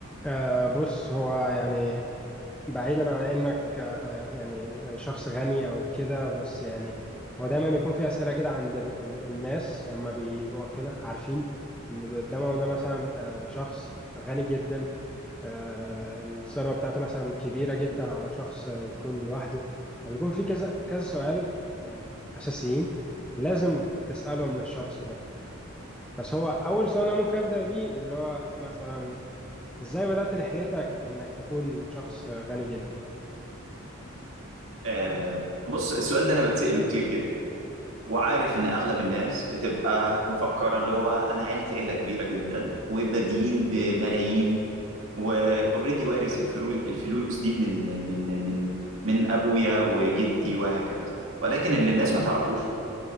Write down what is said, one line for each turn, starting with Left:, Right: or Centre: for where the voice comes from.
Centre: آه بص هو يعني بعيدا عن انك آه آه، يعني شخص غني او كده بس يعني هو دايما بيكون في اسئله كده عند ال ال الناس لما بيبقوا كده عارفين ان اللي قدامهم ده مثلا آه شخص غني جدا آه آه، الثروه بتاعته مثلا كبيره جدا على شخص آه، يكون لوحده فبيكون في كذا كذا سؤال يعني اساسيين لازم تسالهم للشخص ده بس هو اول سؤال انا ممكن ابدا بيه اللي هو مثلا ازاي بدأت رحلتك انك تكون شخص غني جدا
Right: آه، بص السؤال ده انا بتسأله كتير جدا وعارف ان اغلب الناس بتبقى مفكره اللي هو انا عيلتي عيله كبيره جدا وبادئين بملايين واوريدي وارث الفلوس الفلوس دي من ال... من من من ابويا وجدي وهكذا ولكن اللي الناس ما تعرفوش